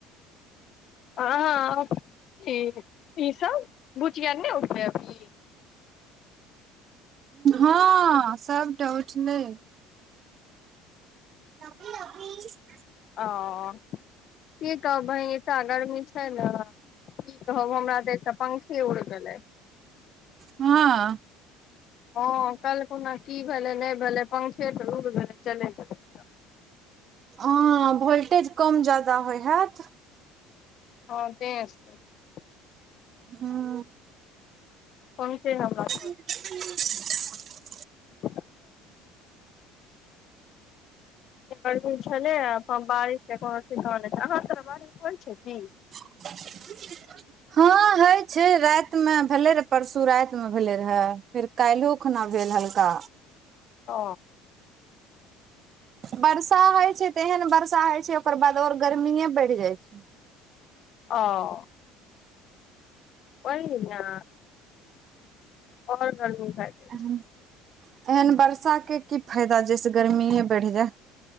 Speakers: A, on the left; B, on the right.
A: <unintelligible> ई सब भुचिया नहि उठलै अभी?
B: हाँ सबटा उठलै। <unintelligible>
A: अ की कहब बहीन एतऽ गरमी छैय ने की कहब हमरा तटा पंखी उड़ि गेलै।
B: हँ
A: हँ कल्हिखुना की भेलै नहि भेलै पंखे तऽ रुकि गेलै चली गेलै।
B: हां भोल्टेज कम ज्यादा होयत हैत।
A: हँ <unintelligible>
B: हूँ
A: फंखे हमरा <unintelligible>
B: <unintelligible>
A: <unintelligible> गरमी छलैया बारिश के कोनो ठिकान अहाँ ओत बारिश होइ छैय की?
B: <unintelligible> हँ होय छैय रातिमे भेलै रहे परसू रातिमे भेलै रहे। फेर काल्हि खुना भेल हल्का।
A: ओ
B: वर्षा होइ छैय तऽ एहन बर्षा होइ छैय ओकर बाद और गर्मीेए बैढ़ जाइ छैय।
A: ओ वही ना। आओर गर्मी <unintelligible>
B: एहन वर्षा के की फायदा जैसे गर्मीेये बढ़ि जाय।